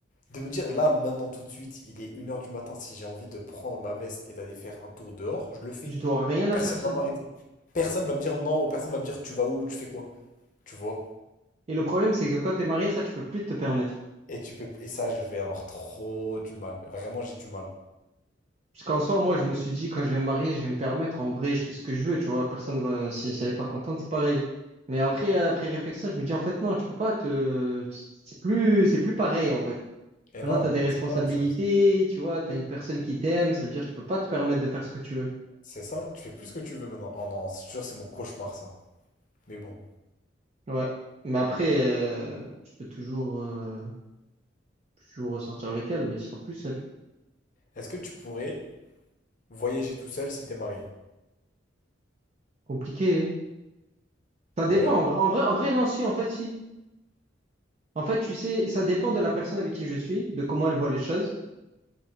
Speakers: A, on the left (about 45°); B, on the right (about 35°).
A: de me dire là, maintenant, tout de suite, il est une heure du matin, si j'ai envie de prendre ma veste et d'aller faire un tour dehors, je le fais.
B: je dois rien à
A: Personne
B: personne.
A: va m'arrêter. Personne va me dire non, ou personne va me dire tu vas où, tu fais quoi, tu vois.
B: Et le problème, c'est que quand t'es marié, ça, tu peux plus te permettre.
A: Et tu peux, et ça, je vais avoir trop du mal. Vraiment, j'ai du mal.
B: Parce qu'en soi, moi, je me suis dit, quand je vais me marier, je vais me permettre. En vrai, je fais ce que je veux, tu vois. Personne va, si, si elle est pas contente, c'est pareil. Mais après, après réflexion, je me dis, en fait, non, tu peux pas te, c'est plus, c'est plus pareil, en fait.
A: Et
B: Maintenant,
A: non,
B: tu as des responsabilités,
A: c'est pas la même chose.
B: tu vois, tu as une personne qui t'aime, ça veut dire que tu peux pas te permettre de faire ce que tu veux.
A: C'est ça, tu fais plus ce que tu veux maintenant. Oh non, je te jure, c'est mon cauchemar ça. Mais bon,
B: Ouais. Mais après, euh, tu peux toujours, euh, toujours sortir avec elle, mais tu seras plus seul.
A: est-ce que tu pourrais voyager tout seul si t'es marié?
B: Compliqué. hein. Ça dépend.
A: Ah ouais?
B: En vrai, en vrai, en vrai, non, si, en fait, si. En fait, tu sais, ça dépend de la personne avec qui je suis, de comment elle voit les choses.